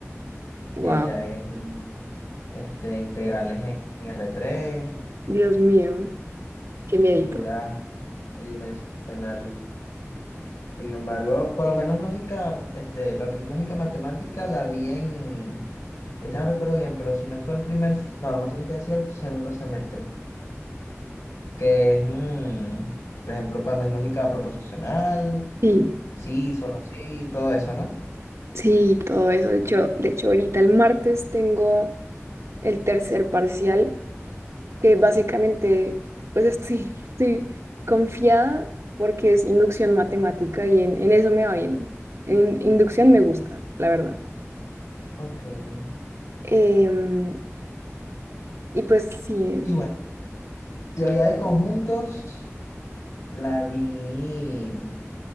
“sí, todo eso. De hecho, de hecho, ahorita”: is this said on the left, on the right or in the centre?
Right